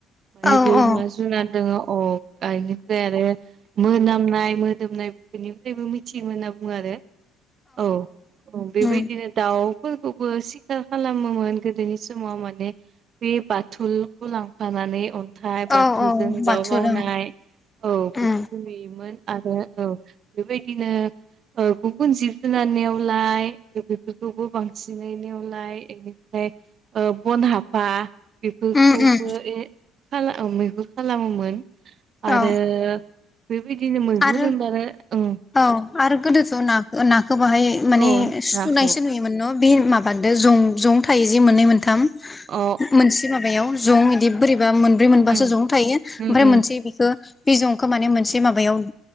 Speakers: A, on the right; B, on the left.
A: माने
B: औ
A: बे
B: औ
A: मा जुनार दङ अह आ इनिफ्राय आरो मोनामनाय मोदोमनाय बेफोरनिफ्रायबो मिथियोमोन होनना बुङो आरो। औ बेबायदिनो
B: उम
A: दाउ फोरखौबो सिखार खालामोमोन गोदोनि समाव माने बे बाथुलखौ लांफानानै अन थाइ बाथुलजों
B: औ औ बाथौ
A: दाउ गावनाय
B: ओं
A: औ बेफोरखौ
B: उम
A: नुयोमोन आरो औ बेबायदिनो गुबुन जिब जुनार नेवलाय बेफोरखौबो बांसिनै नेवलाय एनिफ्राय <inaudible> ओ बनहाफा बेफोरखौबो
B: उम उम
A: ए खाला मैगुर खालामोमोन। आरो
B: औ
A: बेबायदिनो मैहुर
B: आरो
A: होनबानो उम।
B: औ आरो गोदोथ' ना-नाखो बाहाय माने
A: औ
B: सुनायसो
A: नाखौ
B: नुयोमोन। बे माबादो जं जं थायोजे मोननै मोनथाम
A: अ
B: मोनसे माबायाव जं इदि बोरैबा मोनब्रै मोनबासो
A: उम
B: जं थायो
A: उम
B: ओमफ्राय
A: उम
B: मोनसे बिखो बि जं खो माने मोनसे माबायाव ओ